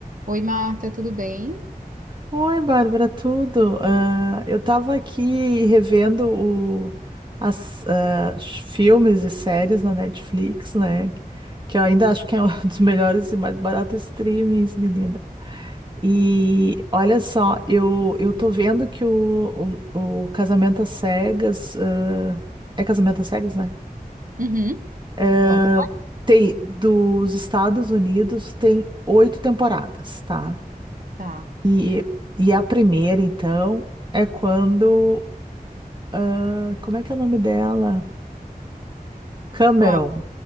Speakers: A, on the right; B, on the right.
A: Oi, Marta, tudo bem?
B: Oi, Bárbara, tudo? Ah, eu estava aqui revendo o, as, ah, os filmes e séries na Netflix, né? Que eu ainda acho que é um <laughs> dos melhores e mais baratos streamings, menina. E olha só, eu, eu tô vendo que o, o, o Casamento às Cegas, ah, é Casamento às Cegas, né?
A: Uhum.
B: Ah,
A: Love is Blind?
B: tem, dos Estados Unidos tem oito temporadas, tá?
A: Tá.
B: E, e a primeira, então, é quando. ah, como é que é o nome dela? Cameron.
A: Qual?